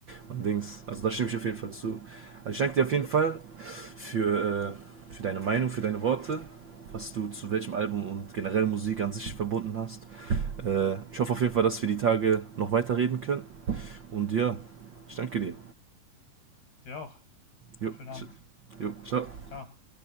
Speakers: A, on the right; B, on the left.
A: und Dings. Also da stimme ich auf jeden Fall zu. Also ich danke dir auf jeden Fall für, äh, für deine Meinung, für deine Worte, was du zu welchem Album und generell Musik an sich verbunden hast. Äh, ich hoffe auf jeden Fall, dass wir die Tage noch weiterreden können. Und ja, ich danke dir.
B: Dir auch.
A: Jo,
B: Schönen Abend.
A: tsch- jo ciao.
B: klar